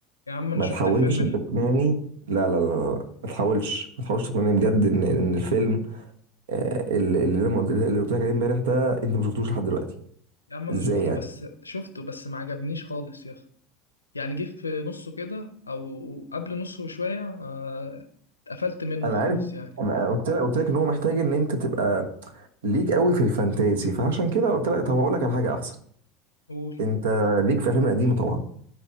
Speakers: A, on the left (about 80°); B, on the right (about 65°).
A: يا عم انا
B: ما
A: شفت
B: تحاولش
A: الفيلم ال...
B: تقنعني لا لا لا لا ما تحاولش ما تحاولش تقنعني بجد ان ان الفيلم آه، اللي اللي انا قلت اللي قلت لك عليه امبارح ده انت ما شفتوش لحد دلوقتي
A: يا عم انا
B: ازاي
A: شفته
B: يعني
A: بس شفته بس ما عجبنيش خالص يا اخي يعني جه في نصه كده او قبل نصه بشويه آه، اتقفلت منه
B: انا
A: خالص
B: عارف
A: يعني
B: انا قلت لك قلت لك ان هو محتاج ان انت تبقى ليك قوي في الفانتازي فعشان كده قلت لك طب هقول لك على حاجه احسن
A: قول
B: انت ليك في الافلام القديمه طبعا